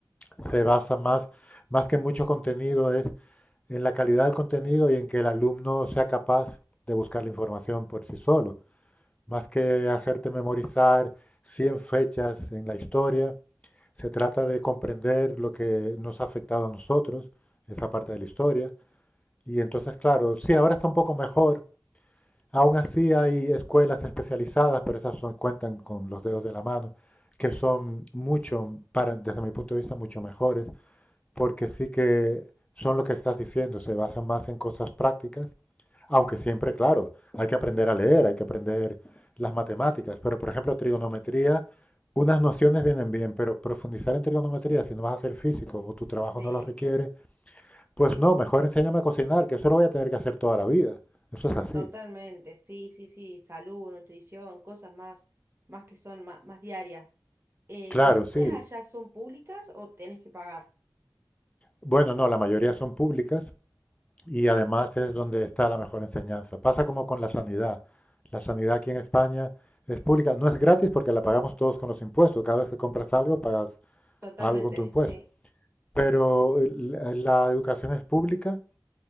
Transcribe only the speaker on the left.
se basa más, más que en mucho contenido, es en la calidad del contenido y en que el alumno sea capaz de buscar la información por sí solo, más que hacerte memorizar 100 fechas en la historia, Se trata de comprender lo que nos ha afectado a nosotros, esa parte de la historia. Y entonces, claro, sí, ahora está un poco mejor. Aún así hay escuelas especializadas, pero esas son- cuentan con los dedos de la mano, que son mucho, para, desde mi punto de vista, mucho mejores porque sí que son lo que estás diciendo, se basan más en cosas prácticas, aunque siempre, claro, hay que aprender a leer, hay que aprender las matemáticas, pero por ejemplo, trigonometría, unas nociones vienen bien, pero profundizar en trigonometría, si no vas a ser físico o tu trabajo
no lo requiere, pues no, mejor enséñame a cocinar, que eso lo voy a tener que hacer toda la vida. Eso es así.
Claro,
sí.
Bueno, no, la mayoría son públicas, y además es donde está la mejor enseñanza. Pasa como con la sanidad. La sanidad aquí en España es pública, no es gratis porque la pagamos todos con los impuestos. Cada vez que compras algo, pagas
algo con tu impuesto.
Pero la educación es pública